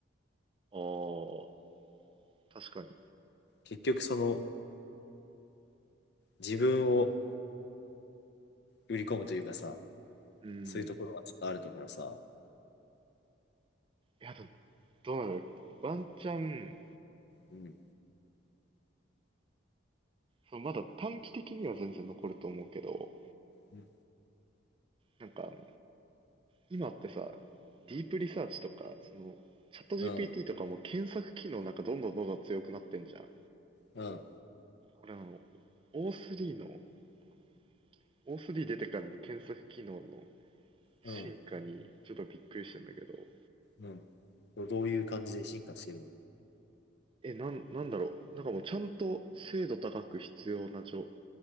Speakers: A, on the right; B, on the left.
A: ああ、確かに。
B: 結局その自分を売り込むというかさ、
A: うん。
B: そういうところはちょっとあるだからさ、
A: いや、どどうなのワンチャン、
B: うん、
A: そのまだ短期的には全然残ると思うけど、
B: うん、
A: なんかあの、今ってさ、ディープリサーチとか、その、チャット GPT
B: うん、
A: とかも検索機能なんかどんどんどんどん強くなってんじゃん。
B: うん、
A: これあの、O3 の、O3 出てからの検索機能の
B: うん。
A: 進化にちょっとびっくりしてんだけど、
B: うん、どういう感じで進化してるの
A: え、なん、なんだろう。なんかもうちゃんと精度高く必要な情、